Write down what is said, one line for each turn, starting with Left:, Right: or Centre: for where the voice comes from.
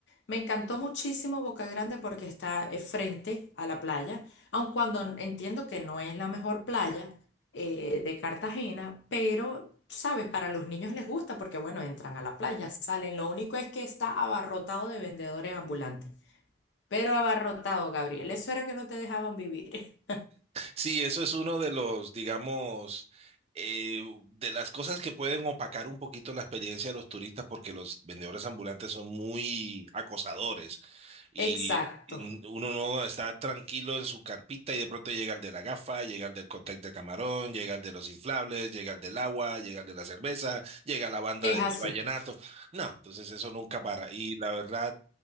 Left: Me encantó muchísimo Boca Grande porque está eh, frente a la playa, aun cuando n- entiendo que no es la mejor playa eh, de Cartagena, pero, sabes, para los niños les gusta porque, bueno, entran a la playa, salen, lo único es que está abarrotado de vendedores ambulantes, pero abarrotado, Gabriel, eso era que no te dejaban vivir.
Right: Sí, eso es uno de los, digamos, eh, de las cosas que pueden opacar un poquito la experiencia de los turistas porque los vendedores ambulantes son muy acosadores y,
Left: <laughs> Exacto,
Right: y uno no está tranquilo en su carpita y de pronto llega el de la gafa, llega el del cóctel de camarón, llega el de los inflables, llega el del agua, llega el de la cerveza, llega la banda
Left: es
Right: de
Left: así.
Right: vallenato. No, entonces eso nunca para y la verdad...